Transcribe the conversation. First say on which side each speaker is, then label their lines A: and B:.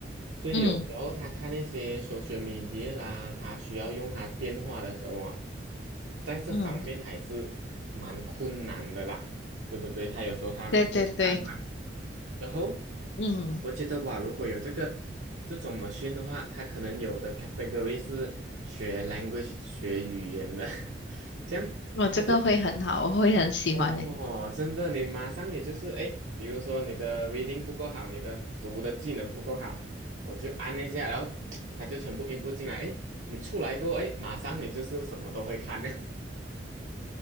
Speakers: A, on the right; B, on the left.
A: 所以有时嗯候他看那些
B: 嗯
A: social media 啦，他需要用他电话的时候啊，在这方嗯面还是蛮困难的啦，
B: 嗯，
A: 对不对？他有时候他不会看嘛，
B: 对对对，
A: 然后
B: 嗯，
A: 我觉得哇，如果有这个这种 machine 的话，它可能有的 category 是学 language 学语言的，<laughs> 这样它就
B: 我这个会很好，我会很喜欢诶。
A: 哦，真的，你马上你就是哎，诶比如说你的 reading 不够好，你的读的技能不够好，我就按一下，然后它就全部 input 进来，哎，你出来过后，哎，马上你就是什么都会看呢。<laughs>